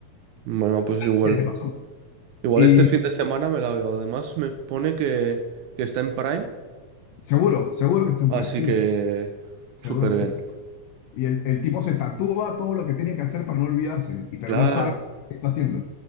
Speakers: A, on the right (about 75°); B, on the left (about 80°).
A: Bueno, pues igual.
B: ¿Qué le pasó?
A: Igual
B: Y
A: este fin de semana me la veo. Además, me pone que, que está en Prime,
B: seguro, seguro que está en
A: así
B: Pride, sí,
A: que
B: seguro
A: súper
B: que está
A: bien.
B: en Pride. Y el, el tipo se tatúa todo lo que tiene que hacer para no olvidarse, y, pero
A: Claro.
B: no sabe qué está haciendo.